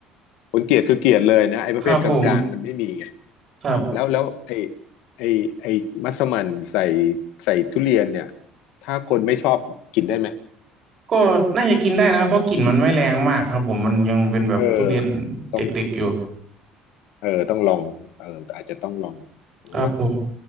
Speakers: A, on the left; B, on the right.
A: คนเกลียดคือเกลียดเลยนะไอ้ประเภทกลางๆมันไม่มีไง
B: ครับผมครับ
A: แล้วแล้วไอ้ไอ้ไอ้มัสมั่นใส่ใส่ทุเรียนเนี่ยถ้าคนไม่ชอบกินได้ไหม
B: ก็น่าจะกินได้นะครับเพราะกลิ่นมันไม่แรงมากครับผมมันยังเป็นแบบทุเรียน
A: เออ
B: เด็กๆอยู่
A: ต้องเออต้องลองเอออาจจะต้องลองโอ
B: ครับผม